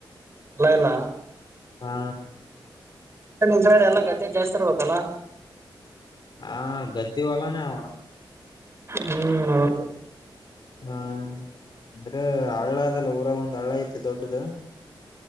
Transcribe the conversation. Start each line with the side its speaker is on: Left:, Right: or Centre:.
Right: ಹೊಲ್ಲಾ ಇಲ್ಲ
Left: ಹಾ
Right: ಮುಂಸಡೆ ಎಲ್ಲ ಗದ್ದೆ ಜಾಸ್ತಿ ಇರ್ಬೇಕಲ್ಲ
Left: ಹಾ ಗದ್ದ ವಲ್ಲಾನ ಆಣ
Right: ಹ್ಮ್ ಹೌದು
Left: ಹಾ ಅಂದ್ರೆ ಹಳ್ಳ ಅದಲ್ಲ ಊರಾಗ ಒಂದ್ ಹಳ್ಳ ಐತಿ ದೊಡ್ಡದು